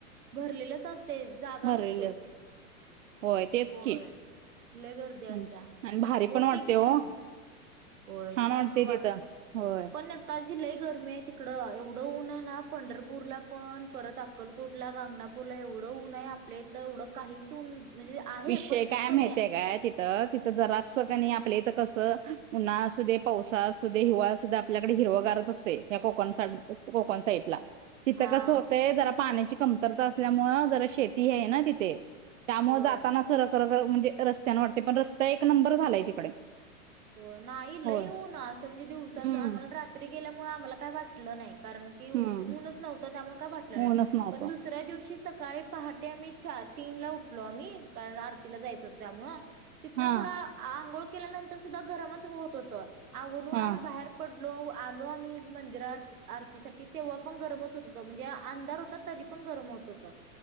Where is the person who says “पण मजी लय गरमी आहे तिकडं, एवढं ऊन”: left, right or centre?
Right